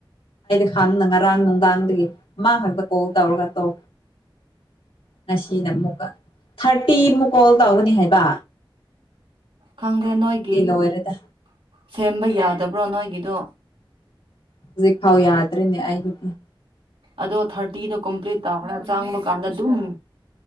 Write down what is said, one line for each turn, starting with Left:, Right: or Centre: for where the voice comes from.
Left: ꯍꯥꯡꯅ ꯉꯔꯥꯡ ꯅꯨꯡꯗꯥꯡꯗꯒꯤ ꯃꯥ ꯈꯛꯇ ꯀꯣꯜ ꯇꯧꯔꯒ ꯇꯧ ꯉꯁꯤꯅ ꯑꯃꯨꯛꯀ ꯊꯥꯔꯇꯤ ꯑꯃꯨꯛ ꯀꯣꯜ ꯇꯧꯒꯅꯤ ꯍꯥꯏꯕꯥ꯫
Right: ꯈꯪꯗꯦ ꯅꯣꯏꯒꯤ
Left: ꯂꯣꯏꯔꯦꯗ
Right: ꯁꯦꯝꯕ ꯌꯥꯗꯕ꯭ꯔꯣ ꯅꯣꯏꯒꯤꯗꯣ꯫
Left: ꯍꯧꯖꯤꯛ ꯈꯥꯎ ꯌꯥꯗ꯭ꯔꯤꯅꯦ ꯑꯩꯒꯤꯗꯤ꯫
Right: ꯑꯗꯣ ꯊꯥꯔꯇꯤꯗꯣ ꯀꯝꯄ꯭ꯂꯤꯠ ꯇꯧ꯭ꯔ ꯆꯥꯡꯕ ꯀꯥꯟꯗ ꯑꯗꯨꯝ